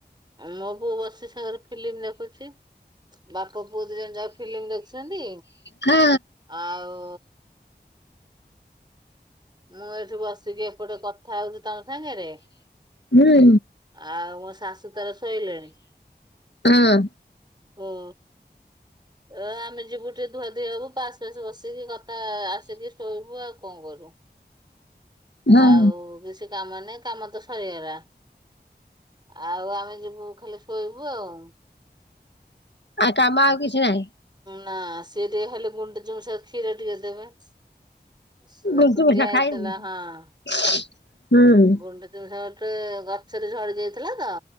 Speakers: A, on the right; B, on the left.
A: ମୋ ପୁଅ ବସି ସେ ଘରେ ଫିଲ୍ମ ଦେଖୁଛି। ବାପ ପୁଅ ଦୁ ଜଣ ଯାକ ଫିଲ୍ମ ଦେଖିଛନ୍ତି।
B: ହଁ,
A: ଆଉ ମୁଁ ଏଇଠି ବସିକି ଏପଟେ କଥା ହଉଛି ତମ ସାଙ୍ଗରେ
B: ହୁଁ,
A: ଆଉ ମୋ ଶାଶୁ ତାର ଶୋଇଲେଣି।
B: ହଁ।
A: ହଁ। ଅ ଆମେ ଯିବୁ ଟିକେ ଧୁଆଧୁଇ ହବୁ, ପାସ ଫାସ ବସିକି କଥା ଆସିକି ଶୋଇବୁ ଆଉ କଣ କରୁ
B: ହଁ
A: ଆଉ କିଛି କାମ ନାହିଁ କାମ ତ ସରିଗଲା। ଆଉ ଆମେ ଯିବୁ ଖାଲି ଶୋଇବୁ ଆଉ
B: ଆଉ କାମ ଆଉ କିଛି ନାହିଁ।
A: ନା ସିଏ ଟିକେ ଖାଲି ଗୁଣ୍ଡୁଚି ମୂଷା କୁ କ୍ଷୀର ଟିକେ ଦେବା <unintelligible>
B: ଗୁଣ୍ଡୁଚି ମୂଷା
A: ହଁ
B: ଖାଇନି <unintelligible> ହୁଁ
A: ଗୁଣ୍ଡୁଚି ମୂଷା ଗଟେ ଗଛରେ ଝଡି ଯାଇଥିଲା ତ